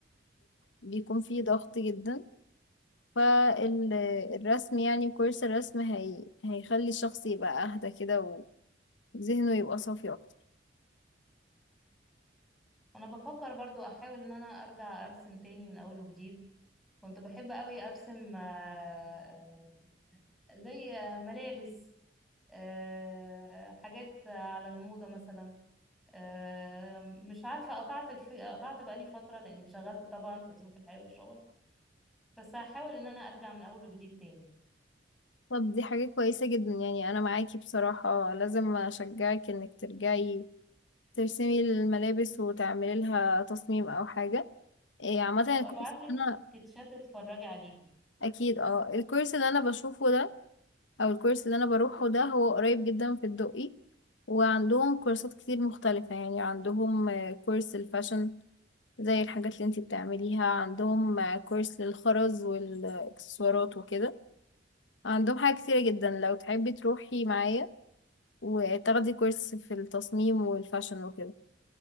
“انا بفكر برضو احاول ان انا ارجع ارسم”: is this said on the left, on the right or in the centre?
Centre